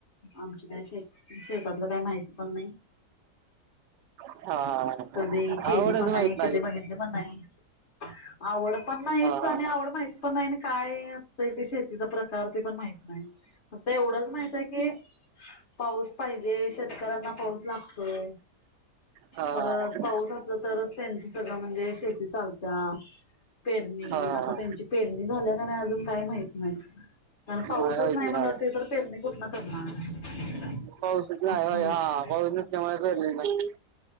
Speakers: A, on the left; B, on the right.
A: आमची काय शेती, शेतातलं काय माहित पण नाय.
B: हा
A: कधी केली
B: आवडच
A: पण
B: माहित
A: नाही, कधी बघितली पण नाही, आवड पण नाहीच
B: हा
A: आणि
B: हा
A: आवड माहीत पण नाही काय अस ते ते शेतीचा प्रकार ते पण माहित नाय, फक्त एवढंच माहित आहे की पाऊस पाहिजे, शेतकऱ्यांना पाऊस लागतोय.
B: हा
A: परत
B: हा
A: पाऊस असल तरच त्यांची सगळं म्हणजे शेती चालत्या. पेरणी,
B: हा
A: आता
B: हा.
A: त्यांची पेरणी झाल्या का नाय अजून काय माहित नाय अन पाऊसच
B: नाही होय
A: नाय
B: की
A: म्हणल्यावर
B: हा
A: ते तर पेरणी कुठन करणार.
B: पाऊसच नाय
A: असं
B: व्हय,
A: पण
B: हा
A: आहे.
B: पाऊस नसल्यामुळ पेरलं नसल